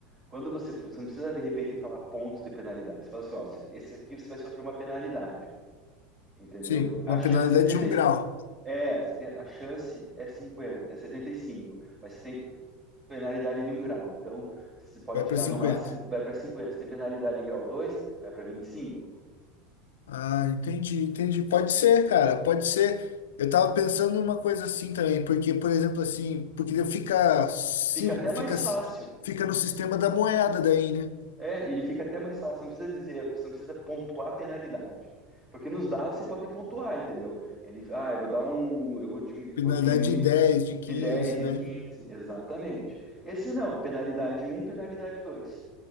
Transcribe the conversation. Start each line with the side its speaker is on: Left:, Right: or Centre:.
Right: Quando você, fa- você não precisa de repente falar pontos de penalidade. Você fala assim, ó, você- esse aqui você vai sofrer uma penalidade, entendeu?
Left: Sim,
Right: A
Left: uma
Right: chance
Left: penalidade
Right: é 75,
Left: de um grau,
Right: é, você tem- a chance é 50 é setenta e cinco mas você tem penalidade de um grau. Então, você pode
Left: vai
Right: tirar
Left: para cinquenta
Right: no máximo, vai para cinquenta Se tem penalidade de grau dois vai para vinte e cinco
Left: Ah, entendi, entendi. Pode ser, cara, pode ser. Eu tava pensando numa coisa assim também, porque, por exemplo, assim, porque fica, si-
Right: Fica até
Left: fica,
Right: mais fácil.
Left: fica no sistema da moeda daí, né?
Right: É, ele fica até mais fácil, não precisa dizer, você não precisa pontuar a penalidade. Porque nos dados você pode pontuar, entendeu? Ele, ah, eu vou dar um, eu vou diminuir,
Left: Penalidade
Right: vou diminuir
Left: de 10, de 15,
Right: de 10
Left: né?
Right: e quinze exatamente. Esse não, é penalidade um, penalidade dois.